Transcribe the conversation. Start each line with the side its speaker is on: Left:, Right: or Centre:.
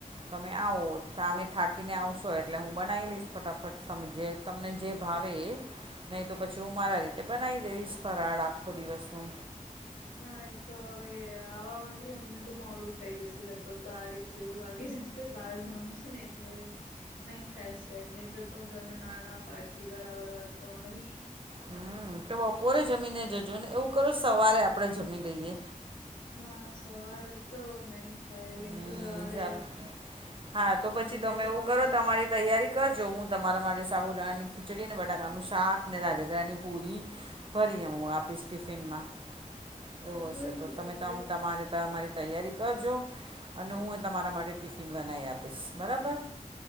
Right: તમે આવો તામે થાકીને આવશો એટલે હું બનાવી લઈશ ફટાફટ તમે જે તમને જે ભાવે એ નહીં તો પછી હું મારા રીતે બનાવી દઈશ ફરાળ આખો દિવસનો
Left: ના એ તો હવે આવામાં બી અમને તો મોડું થઈ જશે લગભગ બારેક જેવું આવી જશ તે બહાર જવાનું છે, ને એટલે નહી થાય છે એટકે નહી તો હું તને ના ના પાડતી બરાબર વાત તમારી.
Right: હમ તો બપોરે જમીને જજો ને એવું કરો સવારે આપણે જમી દઈએ.
Left: ના સવાર તો નહી થાય કેમ
Right: હમ
Left: કે સવારે
Right: સબ હા તો પછી
Left: મંદિર
Right: તમે
Left: જવાનું
Right: એવું કરો તમારી તૈયારી કરજો હું તમારા માટે સાબુદાણાની ખીચડી ને બટાકાનું શાક ને રાજઘની પુરી ફરી એમ હું આપીશ ટિફિનમાં એવું
Left: જોઈ
Right: હશે તો તમે
Left: હવે
Right: તમ તમારે તમારી તૈયારી કરજો અને હું એ તમારા માટે ટિફિન બનાવી આપીશ બરાબર